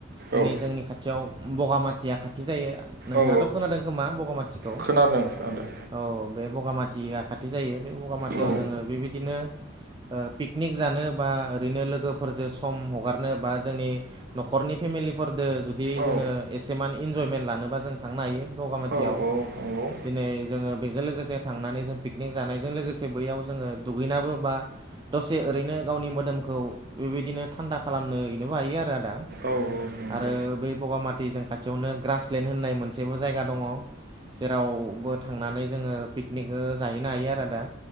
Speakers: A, on the right (about 20°); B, on the right (about 50°).
A: दिनै
B: औ
A: जोंनि खाथियाव बगामाथिया खाथि जायो। नोंथाङाथ'
B: औ
A: खोनादों खोमा बगामाथिखौ
B: खोनादों खोनादों
A: औ बे बगामाथिया खाथि जायो। बे बगामाथियाव
B: औ
A: जोङो बेबायदिनो ओ पिकनिक जानो बा ओरैनो लोगोफोरजों सम हगारनो बा जोंनि न'खरनि फेमिलिफोरजों जुदि
B: औ
A: जोङो एसेमान इन्जयमेन्ट लानोबा जों थांनो हायो। बगामाथियाव
B: औ औ नंगौ
A: दिनै जोङो बेजों लोगोसे थांनानै जों पिकनिक जानायजों लोगोसे बैयाव जोङो दुगैनाबो बा दसे ओरैनो गावनि मोदोमखौ बेबायदिनो थान्दा खालामनो हैनोबो हायो आरो आदा।
B: औ नंगौ
A: आरो बै बगामाथि जों खाथियावनो ग्रासलेण्ड होननाय मोनसेबो जायगा ‌ दङ। जेरावबो थांनानै जोङो पिकनिक ओ जाहैनो हायो आरो आदा।